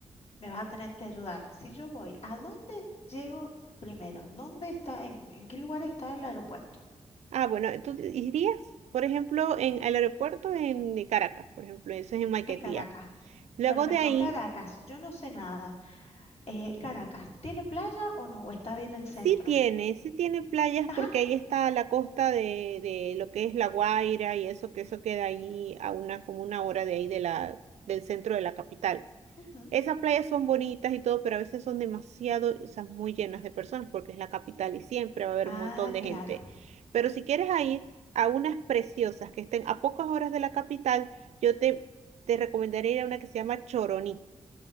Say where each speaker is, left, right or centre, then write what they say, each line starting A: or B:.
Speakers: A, on the left; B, on the right.
A: Me vas a tener que ayudar. Si yo voy, ¿a dónde llego primero? ¿Dónde está, en, en qué lugar está el aeropuerto?
B: Ah, bueno, ¿tú irías, por ejemplo, en el aeropuerto en de Caracas, por ejemplo, eso es en Maiquetía.
A: En Caracas.
B: Luego
A: Perfecto,
B: de ahí
A: Caracas, yo no sé nada. Eh, Caracas, ¿tiene playa o no? ¿O está bien el centro?
B: Sí tiene, sí tiene playas
A: Ajá.
B: porque ahí está la costa de, de lo que es La Guaira y eso, que eso queda ahí a una, como una hora de ahí de la, del centro de la capital.
A: ujú.
B: Esas playas son bonitas y todo, pero a veces son demasiado, o sea, muy llenas de personas porque es la capital y siempre va a haber
A: Ah,
B: un montón de
A: claro.
B: gente. Pero si quieres a ir a unas preciosas que estén a pocas horas de la capital, yo te, te recomendaría ir a una que se llama Choroní.